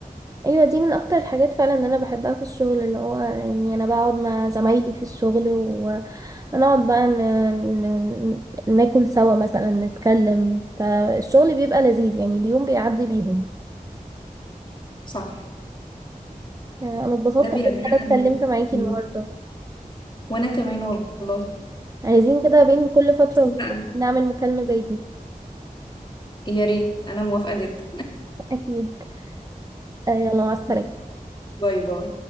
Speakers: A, on the right; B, on the left.
A: ايوه دي من اكتر الحاجات فعلا ان انا بحبها في الشغل اللي هو يعني انا بقعد مع زمايلي في الشغل و- ونقعد بقى ن... ن... ناكل سوا مثلا نتكلم فالشغل بيبقى لذيذ يعني اليوم بيعدي بيهم
B: صح
A: آه، انا اتبسطت
B: ده بيرجعنا
A: قوي ان انا
B: ان
A: اتكلمت معاكي
B: إن-
A: النهارده
B: وانا كمان والله
A: عايزين كده بين كل فترة
B: مبسوطة
A: والتانية
B: أوي.
A: نعمل مكالمة زي دي
B: يا ريت انا موافقة جدا
A: اكيد آه، يلا مع
B: <laughs>
A: السلامة
B: باي باي